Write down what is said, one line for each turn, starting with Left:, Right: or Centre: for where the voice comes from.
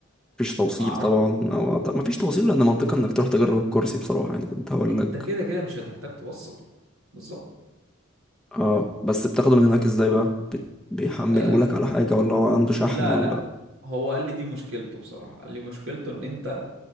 Centre: مفيش توصيل
Right: ما اعرفش
Centre: طبعا أو أعت- مفيش توصيل لأن منطقي إنك تروح تجرب الكرسي بصراحة يعني كنت هقول
Right: انت
Centre: لك
Right: كده كده مش هتحتاج توصل بالظبط
Centre: اه بس بتاخده من هناك ازاي بقى بت... بيحمله
Right: آه،
Centre: لك على حاجة ولا هو عنده شحن
Right: لا
Centre: ولا
Right: لا هو قال لي دي مشكلته بصراحة قال لي مشكلته ان انت